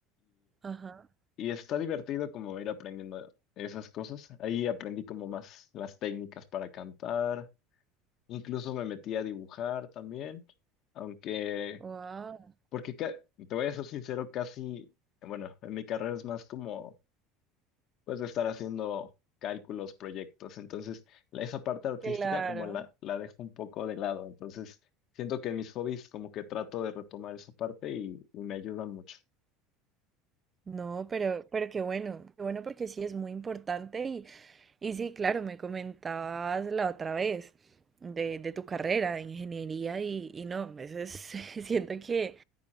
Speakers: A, on the right (about 25°); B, on the left (about 55°).
A: Ajá.
B: Y está divertido como ir aprendiendo esas cosas. Ahí aprendí como más las técnicas para cantar. Incluso me metí a dibujar también. Aunque,
A: Wow.
B: porque ca- te voy a ser sincero, casi, bueno, en mi carrera es más como, pues, de estar haciendo cálculos, proyectos. Entonces, la- esa parte artística
A: Claro.
B: como la, la dejo un poco de lado. Entonces, siento que en mis hobbies como que trato de retomar esa parte y, y me ayuda mucho.
A: No, pero, pero qué bueno, qué bueno porque sí es muy importante y, y sí, claro, me comentabas la otra vez de, de tu carrera de ingeniería y, y no, a veces <laughs> siento que,